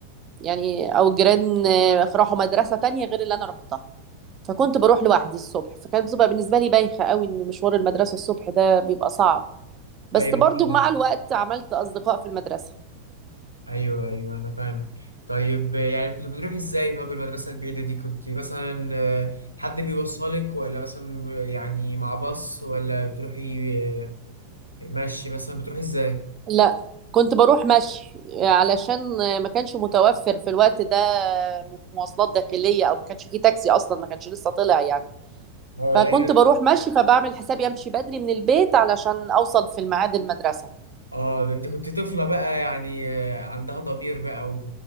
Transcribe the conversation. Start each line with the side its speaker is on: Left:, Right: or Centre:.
Right: يعني أو الجيران راحوا مدرسة تانية غير اللي أنا روحتها فكنت بروح لوحدي الصبح فكانت بتبقى بالنسبة لي بايخة قوي إن مشوار المدرسة الصبح ده بيبقى صعب بس
Left: ايوه
Right: برضو
Left: طبعا
Right: مع الوقت عملت أصدقاء في المدرسة
Left: ايوه ايوه انا فاهمك طيب آه، يعني كنت بتروح ازاي طب المدرسه البعيده دي كنت مثلا آه، حد بيوصلك ولا مثلا يعني مع باص ولا بتروحي آه، ماشي مثلا بتروحي ازاي
Right: لا كنت بروح مشي علشان ما كانش متوفر في الوقت ده مواصلات داخلية او ما كانش فيه تاكسي اصلا ما كانش لسه طلع يعني
Left: اه
Right: فكنت
Left: يعني طيب.
Right: بروح مشي فبعمل حسابي امشي بدري من البيت علشان اوصل في الميعاد المدرسة
Left: اه ده انت كنت طفلة بقى يعني آه، عندها ضمير بقى